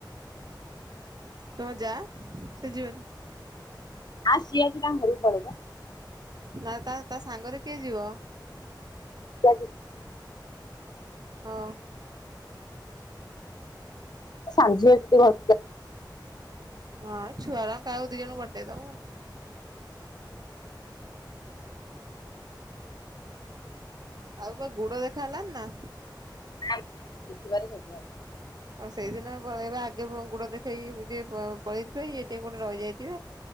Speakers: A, on the right; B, on the left.
A: ତୁମ ଯା ସେ ଯିବନି?
B: ଆ ସିଏ ଆଜି ତାଙ୍କ ଘରକୁ ପଲେଇଳା
A: ନା ତା, ତା ସାଙ୍ଗରେ କିଏ ଯିବ?
B: ାଜି <unintelligible>
A: ହଁ।
B: ସାନ ଝିଅ ଅଛି ଘରଟି
A: ହଁ ଛୁଆଗୁଡ଼ କାହାକୁ ଦି ଜଣ ପଠେ ଇ ଦବ। ଆଉ ବା ଗୁଡ ଦେଖା ହେଲଣି ନା।
B: ନା ଦେଖିବାରେ ସବୁ ଆଉ।
A: ହଉ ସେଇଦିନ ଭଳି ଆଗେ ଗୁଡ ଦେଖେଇକି ଟିକେ ପଳେଇଥିବେ। ଇଏ ଟିକେ କେଉଁଠି ଗୋଟେ ରହିଯାଇଥିବେ।